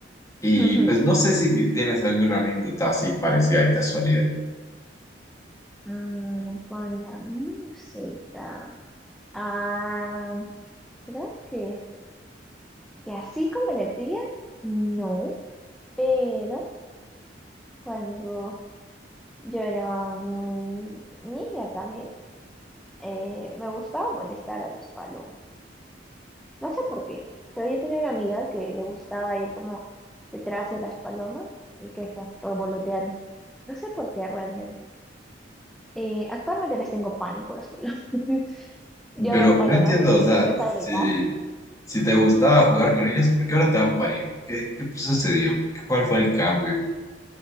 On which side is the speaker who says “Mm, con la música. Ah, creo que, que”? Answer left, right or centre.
Centre